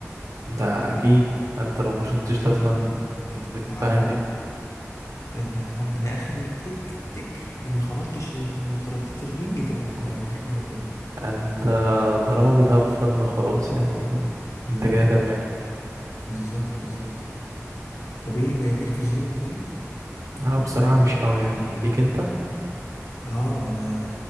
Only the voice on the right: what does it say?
أنت أكيد أنت لو ما شطتش لازما
تلفها
كده
أنت طالما بتهاف فن خلاص يعني أنت
كده تمام
أه بصراحة مش أوي يعني ليك أنت